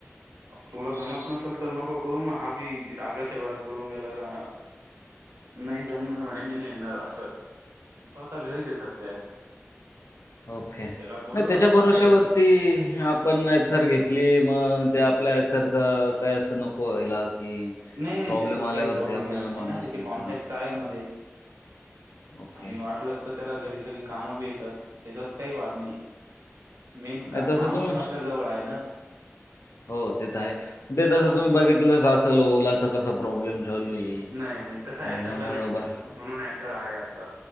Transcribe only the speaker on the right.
तुमला जमत नसेल तर नको करू, म हाभी रागाच्या भरात बोलून गेला का नाही जमणार म्हणे मी नाय येणार असं, तो आता घरीच आहे सध्या.
त्याला बोललो
असं
का केलं तू
नाही नाही,
त्याच्यात
काही प्रॉब्लेम
येणार नाही
ना त्याचे कॉन्टॅक्ट
आहे मध्येजी
आणि वाटलंस तर त्याला घरी सगळी काम बी येतात, त्याचात काही वाद नाही. मेन
का
माणूस
आपल्या जवळ आहे ना.
हा
नाही नाही, तस ॲथर
नाय होऊ
शकत ना, म्हणून ॲथर कर आहे आत